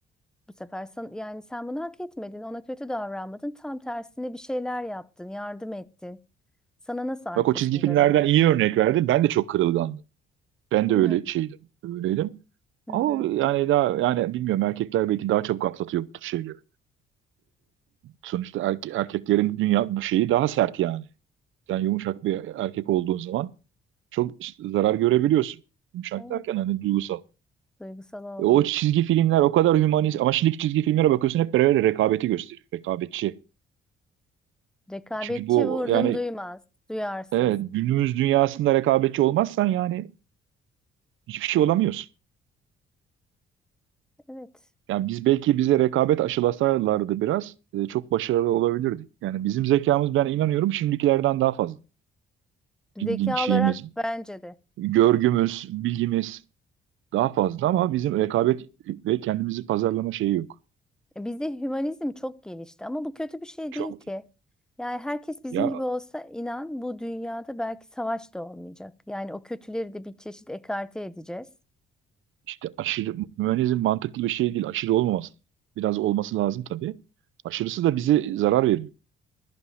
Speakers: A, in the centre; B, on the right.
A: Bu sefer sen, yani sen bunu hak etmedin, ona kötü davranmadın. Tam tersine bir şeyler yaptın, yardım ettin. Sana nasıl arkasını
B: Bak o çizgi filmlerden
A: dönebilir?
B: iyi örnek verdi. Ben de çok kırılgandım. Ben
A: Hı
B: de öyle şeydim, öyleydim.
A: Hı
B: Ama
A: hı.
B: yani daha yani bilmiyorum erkekler belki daha çabuk atlatıyor bu tür şeyleri. Sonuçta erke- erkeklerin dünya bu şeyi daha sert yani. Sen yumuşak bir erkek olduğun zaman çok zarar görebiliyorsun. Yumuşak
A: Evet,
B: derken hani duygusal.
A: duygusal olmuyor.
B: E, o çizgi filmler o kadar hümanist ama şimdiki çizgi filmlere bakıyorsun hep böyle rekabeti gösteriyor. Rekabetçi.
A: Rekabetçi
B: Çünkü bu
A: vurdum
B: yani
A: duymaz, duyarsız.
B: evet, günümüz dünyasında rekabetçi olmazsan yani hiçbir şey olamıyorsun.
A: Evet.
B: Yani biz belki bize rekabet aşılasalardı biraz e, çok başarılı olabilirdik. Yani bizim zekamız ben inanıyorum şimdikilerden daha fazla.
A: Zeka
B: Bilgi şeyimiz,
A: olarak bence de.
B: görgümüz, bilgimiz daha fazla ama bizim rekabet ve kendimizi pazarlama şeyi yok.
A: E, Bizde hümanizm çok gelişti ama bu kötü bir şey
B: Çok
A: değil ki. Yani herkes bizim
B: ya
A: gibi olsa inan bu dünyada belki savaş da olmayacak. Yani o kötüleri de bir çeşit ekarte edeceğiz.
B: işte aşırı mühendizm mantıklı bir şey değil. Aşırı olmaması. Biraz olması lazım tabii. Aşırısı da bize zarar veriyor.